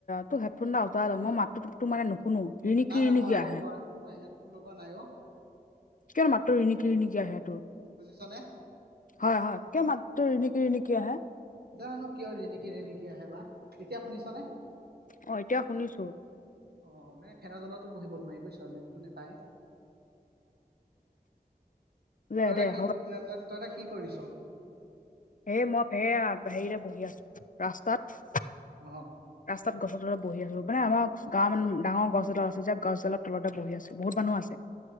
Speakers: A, on the left; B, on the right.
A: তো হেডফোন ডাল অতৰাই লওঁ মই মাতটো তোৰ মানে নুশুনো ৰিণিকি
B: নাই নাই
A: ৰিণিকি
B: মই
A: আহে
B: মই মই হেডফোন লগোৱা নাই অ
A: কিয় নো মাতটো ৰিনিকি ৰিনিকি আহে তোৰ
B: বুজিছনে
A: হয় হয় কিয় মাতটো ৰিণিকি ৰিণিকি আহে
B: জানো কিয় ৰিণিকি ৰিণিকি আহে বা এতিয়া শুনিছ নে
A: অ এতিয়া শুনিছো
B: অ মানে ফেন তলতো বহিব নোৱাৰি বুইছ নেতটো নাপাই
A: দে
B: তই
A: দে
B: এতিয়া কি
A: হ'ব
B: ক তই তই কি কৰিছ
A: এই মই সেইয়া হেৰিৰে বহি আছো ৰাস্তাত
B: অ
A: ৰাস্তাত গছ তলত বহি আছো মানে আমাৰ গাঁৱ মান ডাঙৰ গছডাল আছে যে গছডালত তলতে বহি আছো বহুত মানুহ আছে।